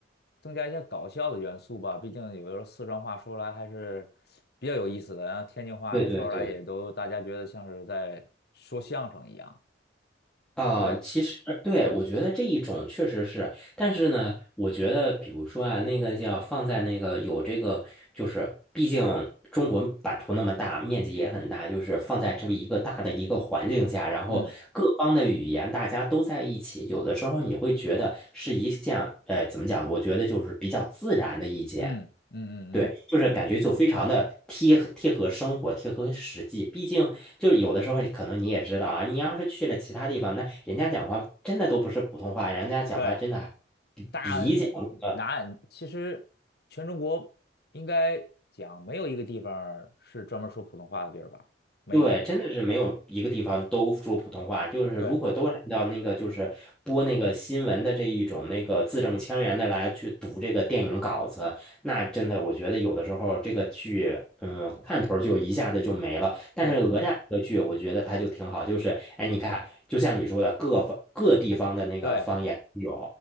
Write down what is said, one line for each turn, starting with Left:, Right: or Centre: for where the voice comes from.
Left: 增加一些搞笑的元素吧，毕竟有的时候四川话说出来还是比较有意思的，然后天津话它说出来也都大家觉得像是在说相声一样。
Centre: 对对对。啊，
Left: 对，
Centre: 其实对，我觉得这一种确实是，但是呢，我觉得比如说啊，那个叫放在那个有这个，就是毕竟中国版图那么大，面积也很大，就是放在这么一个大的一个环境下，然后各方的语言大家都在一起，
Left: 嗯
Centre: 有的时候你会觉得是一件，呃，怎么讲？我觉得就是比较自然的意见。
Left: 嗯嗯嗯嗯，
Centre: 对，就是感觉就非常的贴合贴合生活，
Left: 对
Centre: 贴合实际。毕竟就是有的时候，可能你也知道啊，你要是去了其他地方，那人家讲话真的都不是普通话，人家讲话真的比比较那个。
Left: 对，大南其实全中国应该讲没有一个地方儿是专门说普通话的地儿吧？没有，
Centre: 对，真的是没有一个地方都说普通话。就是如果都按照那个，
Left: 对
Centre: 就是播那个新闻的这一种那个字正腔圆的来去读这个电影稿子，那真的我觉得有的时候这个剧，嗯，看头儿就一下子就没了。但是哪吒这个剧，
Left: 对
Centre: 我觉得它就挺好，就是哎，你看，就像你说的，各方各地方的那个方言有，
Left: 对。